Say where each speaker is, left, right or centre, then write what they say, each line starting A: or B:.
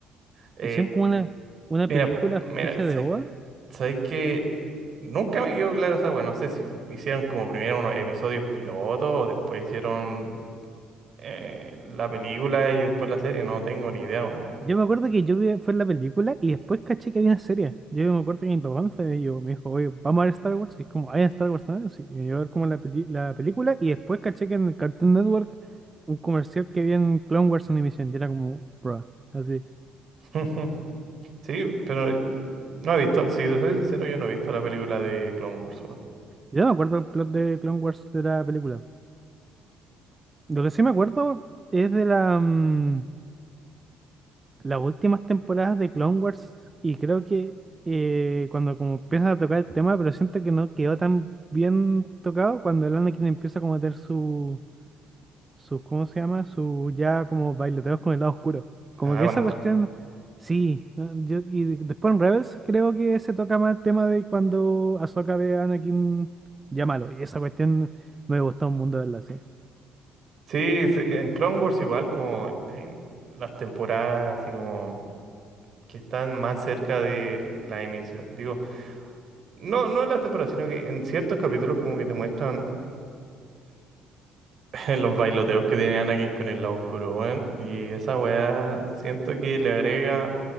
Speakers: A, on the right; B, on the right.
A: Eh,
B: Hicieron como una, una
A: mira,
B: película, especie
A: mira, ¿sabes
B: de OVA.
A: Sabéis que nunca me quedó claro, o sea, bueno, no sé si f- hicieron como primero unos episodios pilotos o después hicieron eh, la película y después la serie, no tengo ni idea. weón.
B: Yo me acuerdo que yo vi, fue la película y después caché que había una serie. Yo me acuerdo que mi papá me fue, yo, me dijo, oye, vamos a ver Star Wars. Y es como, ¿hay Star Wars también? Sí, y yo a ver como la, peli- la película y después caché que en el Cartoon Network un comercial que había en Clone Wars Animation. Y era como, bro, así.
A: <laughs> Sí, pero no he visto, si te soy sincero, yo no he visto la película de Clone Wars, weón.
B: Yo no me acuerdo el plot de Clone Wars de la película. Lo que sí me acuerdo es de la, mm, las últimas temporadas de Clone Wars y creo que eh, cuando como empiezan a tocar el tema, pero siento que no quedó tan bien tocado cuando el Anakin empieza como a tener su, su, ¿cómo se llama? Su ya como bailoteos con el lado oscuro. Como
A: Ah,
B: que
A: cuando-
B: esa cuestión, sí. no, Yo, y de- después en Rebels creo que se toca más el tema de cuando Ahsoka ve a Anakin ya malo. Y esa cuestión me gustó un mundo verla así.
A: sí, sí, en Clone Wars igual como en las temporadas así como que están más cerca de la emisión. Digo, no, no las temporadas, sino que en ciertos capítulos como que te muestran. <laughs> los bailoteos que tiene Anakin con el lado oscuro, weón. Y esa weá siento que le agrega